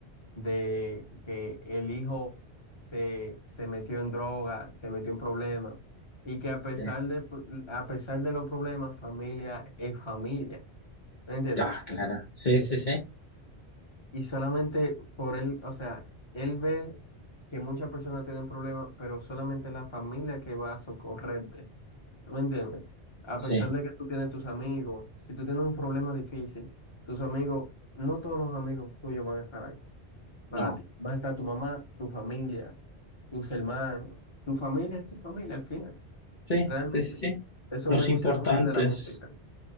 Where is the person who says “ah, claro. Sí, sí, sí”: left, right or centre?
Left